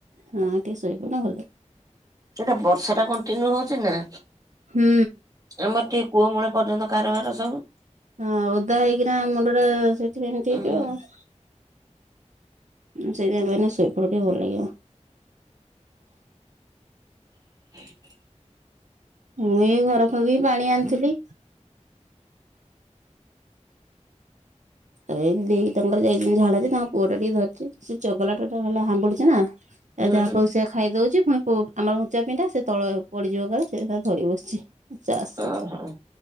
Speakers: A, on the right; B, on the right.
A: ହଁ ଟିକେ ଶୋଇ ପଡ।
B: ସେଇଟା ବର୍ଷା ଟା କଣ୍ଟିନ୍ୟୁ ହୋଉଚି ନା।
A: ହୁଁ।
B: ଆମର ଟିକେ କୂଅ ମୂଳ ପର୍ଯ୍ୟନ୍ତ କାରବାର ସବୁ।
A: ହଁ ଓଦା ହେଇକିନା ମୁଣ୍ଡ ଟା ସେଇଥିପାଇଁ ଏମିତି
B: ହୁଁ
A: ହେଇଥିବ ଆଉ। ସେଇଥି ପାଇଁ ଶୋଇପଡ଼ ଟିକେ ଭଲ ଲାଗିବ।
B: ହ <unintelligible>
A: ମୁଁ ଏଇ ଘର <unintelligible> ଫବ ପାଣି ଆଣିଥିଲି। ଏଇ ଦେଇ ତାଙ୍କର ଯାଇଛନ୍ତି ଝାଡ଼ା ଯେ ତାଙ୍କ ପୁଅ ଟା ଟିକେ ଧରିଚି ସେ ଚଗଲା ଟା ଟା ହେଲା ହମ୍ବୁଡିୁଚି ନା।
B: ହୁଁ
A: ଯାହା ପାଉଚି ସେଇଆ ଖାଇଦୋଉଚି ପୁଣି ଆମର ଉଞ୍ଚା ପିଣ୍ଡା ସେ ତଳେ ପଡ଼ିଯିବ କାଳେ ସେ ଧରି ବସିଚି। ସେ ଆସନ୍ତୁ,
B: ଓହୋ